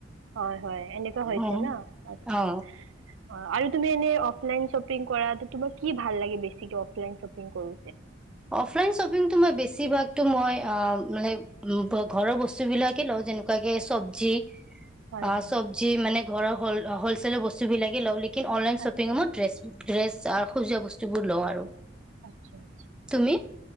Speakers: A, on the right (about 75°); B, in the centre.
A: হয় হয় এনেকুৱা হৈছে
B: অ
A: ন আচছা
B: অ
A: অ আৰু তুমি এনে অফলাইন শ্বপিং কৰা তোমাক কি ভাল লাগে বেছিকে অফলাইন শ্বপিং কৰো
B: অফলাইন শ্বপিংটো মই বেছিভাগ ত মই অ মানে উ ঘৰৰ বস্তু বিলাকে লওঁ যেনেকুৱাকে চবজি
A: হয়
B: অ
A: হয়
B: চব্জি মানে ঘৰৰ হল হলছেেলৰ বস্তু বিলাকে কিন্তু অনলাইন শ্বপিংত
A: আচ্ছা
B: ড্ৰেছ ড্ৰেছ আৰু সজোৱা বস্তু বস্তুোৰ লওঁ আৰু
A: আচ্ছা আচ্ছা
B: তুমি